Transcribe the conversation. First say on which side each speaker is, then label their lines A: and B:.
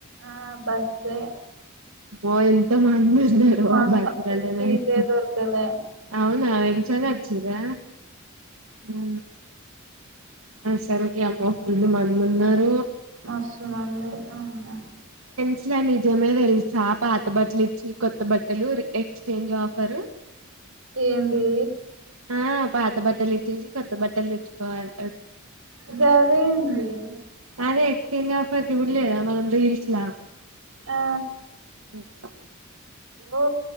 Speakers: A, on the right; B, on the right.
A: ఆ బస్ ఏ
B: ఓయమ్ తు మందున్నారు
A: మస్తు
B: ఆ బసలలనయితే
A: సీటే దొరకలే
B: అవునా ఎల్చొనే వొచ్చిండ్రా ఊ ఆ సరకి అమ్మ ఫుల్లు మందు ఉన్నరు
A: మస్తుమంది అమ్మో
B: చి నిజమేనే తెలుసా పాత బట్టలు ఇచ్చి కొత్త బట్టలు ఎక్స్చేంజ్ ఆఫరు
A: ఏంది
B: ఆ పాత బట్టలు ఇచ్చేసి కొత్త బట్టలు తెచ్చుకోవాలి
A: గదే ఉంది
B: అదే ఎక్స్చేంజ్ ఆఫర్ జూలేదా మనం రీల్స్ లా
A: ఆ
B: అ
A: ఓ